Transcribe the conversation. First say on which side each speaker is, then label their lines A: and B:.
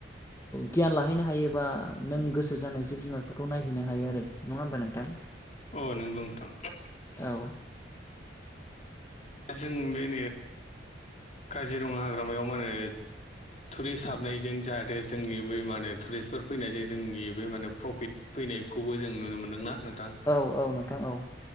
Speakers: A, on the left; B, on the left.
A: गियान लाहैनो हायो बा नों गोसो जानाय जिब जुनारफोरखौ नायहैनो हायो आरो नङा होमब नो नोंथां
B: अ नंगौ नोंथां
A: औ
B: जों बे काजिरङा हाग्रामायाव मा होनो टुरिस्ट हाबनायजों जाहाथे जोंनि बे माने टुरिस्टफोर फैनायजों जोंनि बे माने प्रफिट फैनायखौबो जों नुनो मोनदोंना। नोंथां
A: औ औ नोंथां औ